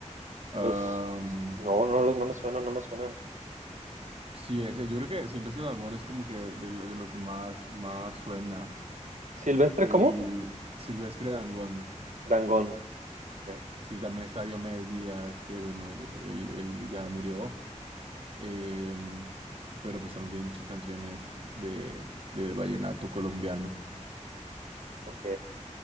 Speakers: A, on the right (about 50°); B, on the right (about 75°).
A: Am,
B: Los... No, no, los- no me suenan, no me suenan.
A: sí, ese, yo creo que Silvestre Dangond es como que de, lo de lo que más, más suena.
B: ¿Silvestre
A: Eh,
B: cómo?
A: y Silvestre Dangond,
B: Dangond. Ok.
A: sí, también está Diomedes Díaz, que bueno, él él- él ya murió. eh pero pues también tiene muchas canciones de, del vallenato colombiano.
B: ok.